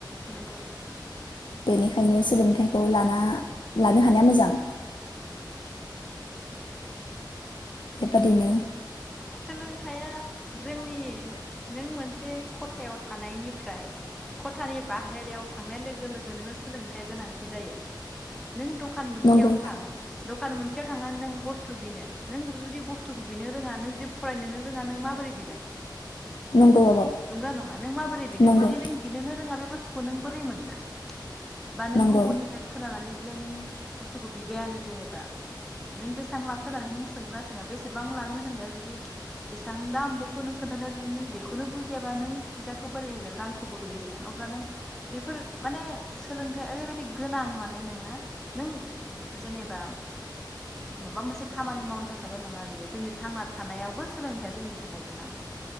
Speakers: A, in the centre; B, on the left (about 80°).
A: नोंगौ
B: बेनिखायनो सोलोंथाइखौ लाना लानो हानाया मोजां
A: नोंगौ <inaudible>
B: बेबादिनो
A: सो सोलोंथाया जोंनि नों मोन <inaudible> खथायाव थानायनिफ्राय खथानि बाहेरायाव थांनाय लोगो लोगो नोङो सोलोंथाइया गोनांथि जायो <unintelligible> नों दखान मोनसेयाव
B: नंगौ
A: थां दखान मोनसेयाव थांनानै नों बुस्थु बिनो नों जुदि बुस थुखौनो रोङा नों जुदि फरायनोनो रोङा नों माबोरै बिगोन
B: नंगौ आबौ
A: नंगौना नङा नों माबोरै बिगोन
B: नंगौ
A: जुदि नों बिनोनो रोङा बे बुस <inaudible> नों बोरै मोनगोन बा नों
B: नंगौ
A: गुबुननिफ्राय खोनानानै बले नों बुस्थुखौ बिबायानो जेनेबा नों बेसां लाखो होनानै नों सोंगोन ना सोङा बेसे बेसेबां लानो होनायाव जुदि बेसांबां बेखौ नों खोन्थानायाव जुदि नों बेखौनो बुजियाबा नों फैसाखौ बोरै होगोन रांखौ बोरै होगोन अब्ला नों बेफोर माने सोलोंथाइया ओरैबायाददि गोनां माने नोंनो नों जेनेबा माबा मोनसे खामानि मावनो थाखायल' नङा नुयो जोंनि थांना थानायावबो सोलोंथाइया जोंनि थाखाय गोनां <inaudible>